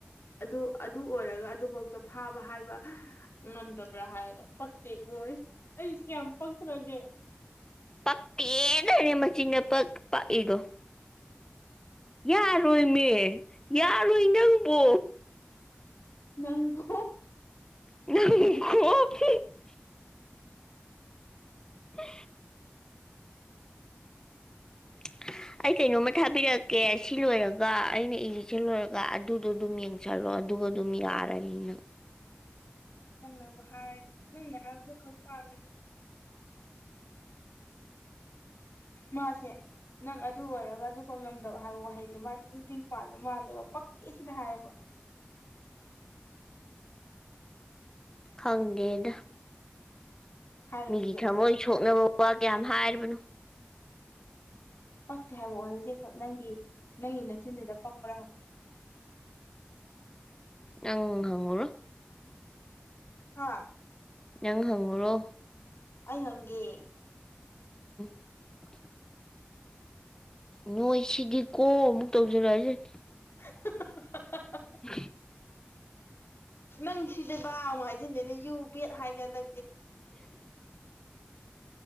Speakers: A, on the left; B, on the left.
A: ꯑꯗꯨ ꯑꯗꯨ ꯑꯣꯏꯔꯒ ꯑꯗꯨꯐꯥꯎꯗ ꯐꯥꯕ ꯍꯥꯏꯕ ꯉꯝꯗꯕ꯭ꯔꯥ ꯍꯥꯏꯔꯒ ꯄꯛꯇꯦꯀꯣ ꯑꯩꯗꯤ ꯀꯌꯥꯝ ꯄꯛꯇ꯭ꯔꯒꯦ
B: ꯄꯛꯤꯗꯔ ꯃ ꯆꯤꯤꯟ ꯄ ꯄ ꯏꯒꯣ ꯌꯥꯔꯣꯏꯅꯦ ꯌꯥꯔꯣꯏ ꯅꯪꯕꯣ
A: ꯅꯪꯀꯣ
B: ꯪ ꯍ <inaudible> ꯑꯩ ꯀꯩꯅꯣꯝꯃ ꯊꯥꯕꯤꯔꯛꯀꯦ ꯁꯤ ꯂꯣꯏꯔꯒ ꯑꯩꯅ ꯏꯔꯤꯁꯦ ꯂꯣꯏꯔꯒ ꯑꯗꯨꯗꯣ ꯑꯗꯨꯝ ꯌꯦꯡꯁꯜꯂꯣ ꯑꯗꯨꯒ ꯑꯗꯨꯝ ꯌꯥꯔꯅꯤꯅ
A: ꯅꯪꯅꯕꯨ ꯍꯥꯏ ꯅꯪꯅ ꯍꯥꯏꯕꯗꯨ ꯈꯛ ꯄꯥꯜꯂꯤ
B: <inaudible>
A: ꯃꯥꯁꯦ ꯅꯪ ꯑꯗꯨ ꯑꯣꯏꯔꯒ ꯑꯗꯨ ꯐ ꯉꯝꯗꯕ ꯍꯥꯏꯕ ꯋꯥꯍꯩꯁꯦ ꯃꯥ ꯇꯤꯡ ꯇꯤꯡ ꯄꯥꯟꯕ ꯃꯥꯜꯂꯦꯕ ꯄꯛ ꯀ ꯁꯤꯗ ꯍꯥꯏꯌꯦꯕ
B: ꯈꯥꯡꯒꯠ
A: ꯍꯥꯏꯔꯨꯈꯤꯒꯦ
B: ꯃꯤꯒꯤ ꯊꯃꯣꯏ ꯁꯣꯛꯅꯕ ꯋꯥ ꯀꯌꯥꯝ ꯍꯥꯏꯔꯤꯕꯅꯣ
A: ꯄꯛꯇꯦ ꯍꯥꯏꯕ ꯋꯥꯍꯁꯦ ꯈꯛ ꯅꯪꯒꯤ ꯅꯪꯒꯤ ꯃꯆꯤꯟꯗꯨꯗ ꯄꯛꯄ꯭ꯔꯥ ꯍꯧ
B: ꯑꯪ ꯍꯉꯔ
A: ꯑ
B: ꯅꯪ ꯍꯪꯉꯨꯔꯣ
A: ꯑꯩ ꯍꯪꯦ
B: <inaudible> ꯅꯣꯏ ꯁꯤꯗꯤ ꯀꯣ ꯑꯃꯨꯛ ꯇꯧꯖꯔꯛꯑꯁ
A: <inaudible>
B: ꯎ
A: ꯅꯪ ꯁꯤꯗꯕꯕꯥ ꯑꯃꯨꯛ ꯍꯥꯏꯖꯤꯟꯗꯅꯦ ꯌꯨ ꯕꯦꯠ ꯍꯥꯏꯀꯥꯟꯗ